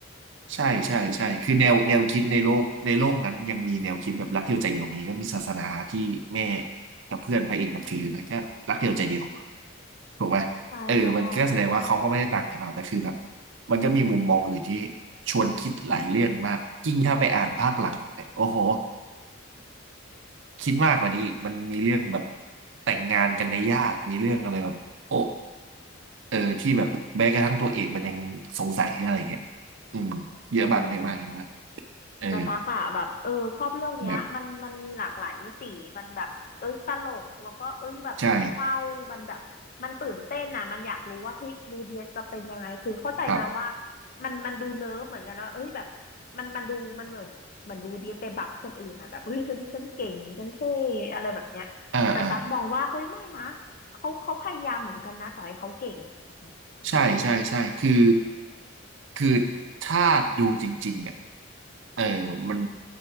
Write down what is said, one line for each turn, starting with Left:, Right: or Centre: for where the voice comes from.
Right: ใช่ใช่ใช่คือแนวแนวคิดในโลกในโลกนั้นยังมีแนวคิดแบบรักเดียวใจเดียวมีก็มีศาสนาที่แม่กับเพื่อนพระเอกนับถือนะก็รักเดียวใจเดียว ถูกไหมเออมันก็แสดงว่าเขาก็ไม่ได้ต่างจากเราแต่คือแบบ
Left: ใช่ใช่
Right: มันก็มีมุมมองอื่นที่ชวนคิดหลายเรื่องมากยิ่งถ้าไปอ่านภาคหลังเนี่ยโอ้โหคิดมากกว่านี้อีกมันมีเรื่องแบบแต่งงานกันในญาติมีเรื่องอะไรแบบโอ้เออที่แบบแม้กระทั่งตัวเอกมันยังสงสัยอะไรเงี้ยอืมเยอะมากเยอะมากเยอะมาก
Left: อืม
Right: เออ
Left: แต่ตักอะแบบเออชอบเรื่องเนี้ยมันมันมีหลากหลายมิติมันแบบเอ้ยตลกแล้วก็เอ้ยแบบมันเศร้ามันแบบมันตื่นเต้นนะมันอยากรู้ว่าเฮ้ยรูเดียจะเป็นยังไงคือเข้าใจนะว่า
Right: แบบใช่ครับ
Left: มันมันดูเนิร์ฟเหมือนกันว่าเอ้ยแบบมันมันดูมันเหมือนเหมือนรูเดียไปบับคนอื่นนะแบบเฮ้ยฉันฉันเก่งฉันเท่อะไรแบบเนี้ยแต่ตักมองว่าเฮ้ยไม่นะ
Right: อ่าอ่า
Left: เขาเขาพยายามเหมือนกันนะต่อให้เขาเก่งอะแบบเนี้ย
Right: ใช่ใช่ใช่คือคือถ้าดูจริงๆเนี่ยเออมัน